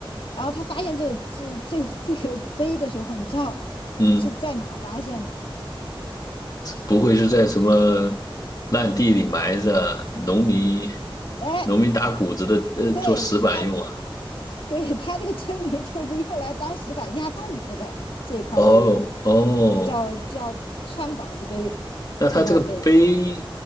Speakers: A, on the left (about 70°); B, on the left (about 40°).
A: 然后他发现这个字这个这个碑的时候，你知道
B: 嗯。
A: 是在哪发现的吗？
B: 不会是在什么烂地里埋着，农民
A: 哎，
B: 农民打谷子的，呃，
A: 对他
B: 做石板用啊？
A: 对他这个村民就是用来当石板压豆腐的这块碑，
B: 哦哦，
A: 叫叫川宝子碑
B: 那他这个碑
A: 这块碑。